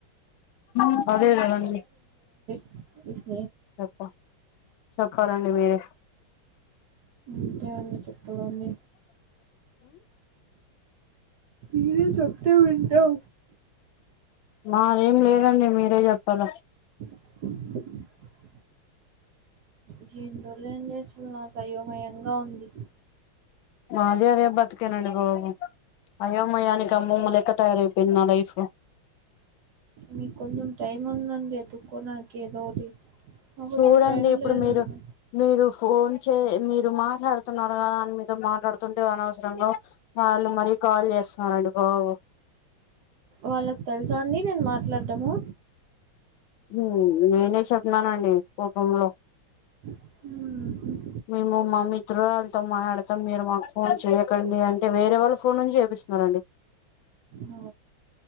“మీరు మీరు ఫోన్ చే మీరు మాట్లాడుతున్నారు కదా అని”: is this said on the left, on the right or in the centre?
Left